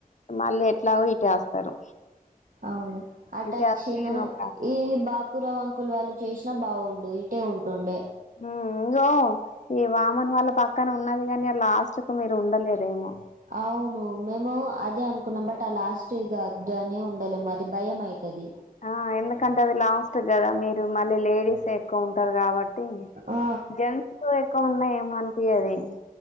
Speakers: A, on the left (about 55°); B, on the right (about 65°).
A: మళ్ళీ ఎట్లాగో ఇటే వస్తారు
B: అవును అటచ్చిన
A: ఇటే వస్తే నో ప్రాబ్లం
B: ఈ బా కురవ అంకులు వాళ్ళు చేసినా బాగుండు ఇటే ఉంటుండే
A: ఉమ్ ఇంగో ఈ వామన్ వాళ్ళ పక్కన ఉన్నది కాని లాస్ట్ కు మీరు ఉండలేరెమో
B: అవును మేము అదే అనుకున్నాం బట్ లాస్ట్ ఇగా అద్దని ఉండాలేం మరి అది భయం అవుతుది
A: ఆ ఎందుకంటే అది లాస్ట్ కదా మీరు మళ్ళీ లేడీస్ ఎక్కువ ఉంటారు కాబట్టి అ
B: ఆ
A: జంతులు ఎక్కువ ఉన్నాయేోంత ప అది